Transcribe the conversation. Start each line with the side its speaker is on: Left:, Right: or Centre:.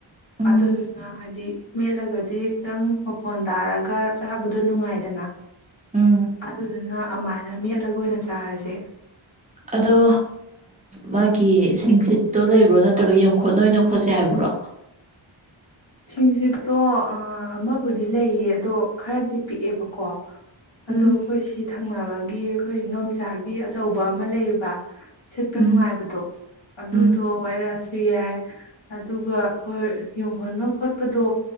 Right: ꯎꯝ
Left: ꯑꯗꯨꯗꯨꯅ ꯍꯥꯏꯗꯤ ꯃꯦꯠꯂꯒ ꯗꯤ ꯈꯤꯇꯪ ꯋꯥꯐꯣꯟ ꯇꯥꯔꯒ ꯆꯥꯕꯗꯨꯣ ꯅꯨꯡꯉꯥꯏ <unintelligible>
Right: ꯎꯝ
Left: ꯑꯗꯨꯗꯨꯅ ꯑꯗꯨꯥꯏꯅ ꯃꯦꯠꯂꯒ ꯑꯣꯏꯅ ꯆꯥꯔꯁꯦ
Right: ꯑꯗꯣ ꯃꯥꯒꯤ ꯁꯤꯡꯆꯤꯠꯇꯣ ꯂꯩꯕ꯭ꯔꯣ ꯅꯠꯇ꯭ꯔꯒ ꯌꯡꯈꯣꯠ ꯅ ꯑꯣꯏꯅ ꯈꯣꯠꯁꯦ ꯍꯥꯏꯕ꯭ꯔꯣ
Left: ꯁꯤꯡꯁꯤꯠꯇꯣ ꯑꯃꯕꯨꯗꯤ ꯂꯩꯌꯦ ꯑꯗꯣ ꯈꯔꯗꯤ ꯄꯤꯛꯑꯦꯕꯀꯣ ꯑꯗꯣ
Right: ꯎꯝ
Left: ꯑꯩꯈꯣꯏ ꯁꯤ ꯊꯪꯅꯕꯒꯤ ꯑꯩꯈꯣꯏ ꯏꯗꯣꯝꯆꯥꯒꯤ ꯑꯆꯧꯕ ꯑꯃ ꯂꯩꯌꯦꯕ ꯁꯤꯠꯄ
Right: ꯎꯝ
Left: ꯅꯨꯡꯉꯥꯏꯕꯗꯣ ꯑꯗꯨꯗꯣ
Right: ꯎꯝ
Left: ꯋꯥꯏꯔꯛꯑꯁꯨ ꯌꯥꯏ ꯑꯗꯨꯒ ꯑꯩꯈꯣꯏ ꯌꯣꯟꯈꯣꯠꯅ ꯈꯣꯠꯄꯗꯣ